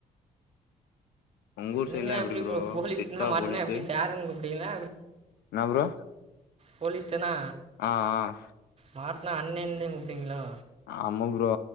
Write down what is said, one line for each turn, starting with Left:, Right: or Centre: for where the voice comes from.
Left: ஒங்கூர்
Right: நீங்களாம்
Left: சைட்லாம் எப்டி ப்ரோ
Right: போலீஸ்னா
Left: சிட்டா
Right: மாட்னா
Left: போலீஸ்சு
Right: எப்டி சாருன்னு கூப்டுவீங்களா
Left: என்ன ப்ரோ
Right: போலீஸ்டன்னா
Left: ஆ ஆ
Right: மாட்னா அண்ணேந்தே கூப்டுவீங்ளோ
Left: ஆமா ப்ரோ